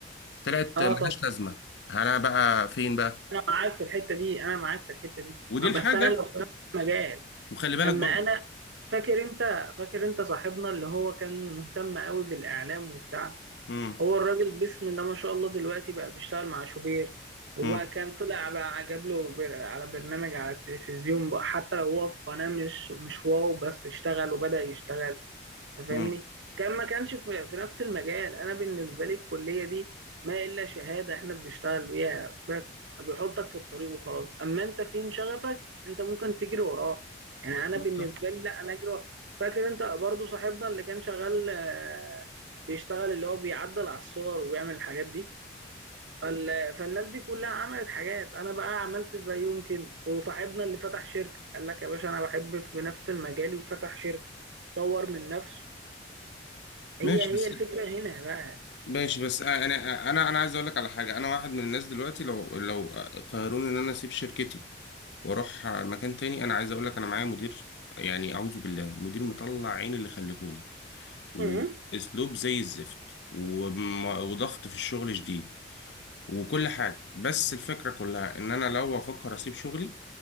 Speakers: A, on the left (about 70°); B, on the right (about 75°).
A: طلعت
B: اه
A: ملهاش
B: طبعا
A: لازمة أنا بقى فين بقى
B: انا معاك في الحته دي انا معاك في الحته دي
A: ودي
B: ما-
A: الحاجة
B: بس انا لو في نفس المجال
A: وخلي بالك
B: اما
A: برضو
B: انا فاكر انت فاكر انت صاحبنا اللي هو كان مهتم قوي بالاعلام وبتاع
A: مم.
B: هو الراجل بسم الله ما شاء الله دلوقتي بقى بيشتغل مع شوبير وبقى
A: مم.
B: كان طلع بقى جاب له بر- على برنامج على التلفزيون بقى حتى لو هو في قناة مش مش واو بس اشتغل وبدأ يشتغل فاهمني
A: مم.
B: كان ما كانش في, في نفس المجال انا بالنسبه لي الكليه دي ما الا شهاده احنا بنشتغل بيها بس بيحطك في الطريق وخلاص اما انت فين شغفك انت ممكن تجري وراه يعني انا بالنسبه
A: صح
B: لي لا انا اجري وراه. فاكر انت برضو صاحبنا اللي كان شغال آه، بيشتغل اللي هو بيعدل على الصور وبيعمل الحاجات دي فال- فالناس دي كلها عملت حاجات انا بقى عملت زيهم كده وصاحبنا اللي فتح شركه قال لك يا باشا انا بحب في نفس المجال وفتح شركه طور من نفسه هي
A: ماشي
B: هي
A: بس
B: الفكرة هنا بقى
A: ماشي بس انا انا انا عايز اقول لك على حاجه انا واحد من الناس دلوقتي لو لو قرروني ان انا اسيب شركتي واروح مكان تاني انا عايز اقول لك انا معايا مدير يعني اعوذ بالله مدير مطلع عين اللي خلفوني واسلوب
B: امم
A: زي الزفت وم- وضغط في الشغل شديد وكل حاجة بس الفكرة كلها ان انا لو افكر اسيب شغلي